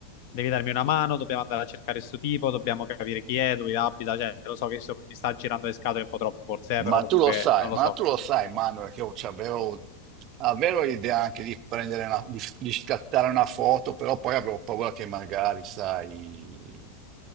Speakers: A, on the left; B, on the right.
A: Devi darmi una mano. Dobbiamo andare a cercare questo tipo. Dobbiamo capire chi è, dove abita. Cioè, lo so che sto- mi sta girando le scatole un po' troppo, forse, eh, però
B: Ma
A: comunque
B: tu lo sai,
A: non lo
B: ma
A: so.
B: tu lo sai, Manuel, che io c'avevo, avevo l'idea anche di prendere una, di, di scattare una foto, però poi avevo paura che magari, sai,